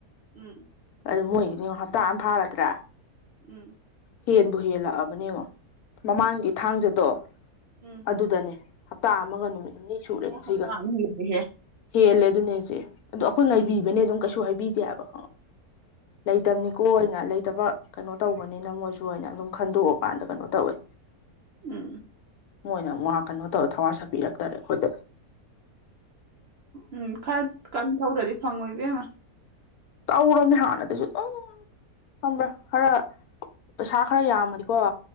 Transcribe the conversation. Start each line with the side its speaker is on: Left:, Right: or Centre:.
Right: ꯎꯝ
Left: ꯑꯗꯨ ꯃꯣꯏꯒꯤꯗꯤ ꯌꯦꯡꯉꯣ ꯍꯞꯇꯥ ꯑꯃ ꯐꯥꯔꯗ꯭ꯔꯥ
Right: ꯎꯝ
Left: ꯍꯦꯟꯕꯨ ꯍꯦꯜꯂꯛꯑꯕꯅꯦ ꯌꯦꯡꯉꯣ ꯃꯃꯥꯡꯒꯤ ꯊꯥꯡꯖꯗꯣ
Right: ꯎꯝ
Left: ꯑꯗꯨꯗꯅꯦ ꯍꯞꯇꯥ ꯑꯃꯒ ꯅꯨꯃꯤꯠ ꯅꯤꯅꯤ ꯁꯨꯔꯦ
Right: ꯎꯝ
Left: ꯉꯁꯤꯒ
Right: ꯍꯞꯇꯥ ꯑꯃ ꯍꯦꯜꯂꯦꯍꯦ
Left: ꯍꯦꯜꯂꯦ ꯑꯗꯨꯅꯦ ꯍꯥꯏꯆꯦ ꯑꯗꯣ ꯑꯩꯈꯣꯏ ꯉꯥꯏꯕꯤꯕꯅꯦ
Right: ꯎꯝ
Left: ꯑꯗꯨꯝ ꯀꯩꯁꯨ ꯍꯥꯏꯕꯤꯗꯦ ꯍꯥꯏꯕ
Right: <unintelligible>
Left: ꯂꯩꯇꯝꯅꯤꯀꯣ ꯑꯣꯏꯅ ꯂꯩꯇꯕ ꯀꯩꯅꯣ ꯇꯧꯕꯅꯤꯅ ꯃꯣꯏꯁꯨ ꯑꯅ ꯑꯗꯨꯝ ꯈꯟꯗꯣꯛꯑꯀꯥꯟꯗ ꯀꯩꯅꯣ ꯇꯧꯋꯦ
Right: ꯎꯝ
Left: ꯃꯣꯏꯅ ꯑꯃꯨꯛ ꯑꯥ ꯀꯩꯅꯣ ꯇꯧꯔ ꯊꯋꯥ ꯁꯥꯕꯤꯔꯛꯇꯔꯦ ꯑꯩꯈꯣꯏꯗ
Right: ꯎꯝ ꯈꯔ ꯀꯟ ꯊꯧꯗ꯭ꯔꯗꯤ ꯐꯪꯉꯣꯏ ꯏꯕꯦꯝꯃ
Left: ꯇꯧꯔꯕꯅꯤ ꯍꯥꯥꯟꯅꯗꯩꯁꯨ ꯑꯗꯨꯝ ꯈꯪꯕ꯭ꯔꯥ ꯈꯔ ꯄꯩꯁꯥ ꯈꯔ ꯌꯥꯝꯃꯗꯤꯀꯣ